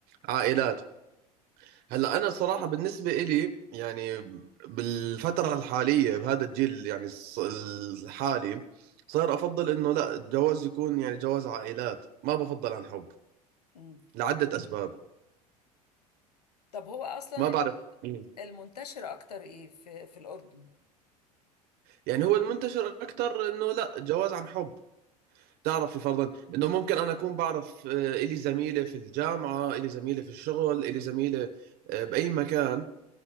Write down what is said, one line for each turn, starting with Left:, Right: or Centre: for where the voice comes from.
Right: عائلات هلا انا صراحه بالنسبه إلي يعني بالفتره الحاليه بهذا الجيل يعني الص- الحالي صار افضل انه لا الجواز يكون يعني جواز عائلات ما بفضل عن حب
Left: مم.
Right: لعده اسباب
Left: طب هو اصلا
Right: ما بعرف مم.
Left: المنتشر اكتر ايه في في الاردن
Right: يعني هو المنتشر اكثر انه لا جواز عن حب تعرفي فرضا انه ممكن انا اكون بعرف آه، الي زميله في الجامعه الي زميله في الشغل الي زميله آه، باي مكان